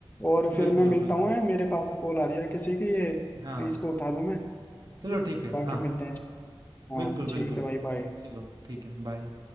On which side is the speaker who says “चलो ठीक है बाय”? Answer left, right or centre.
Right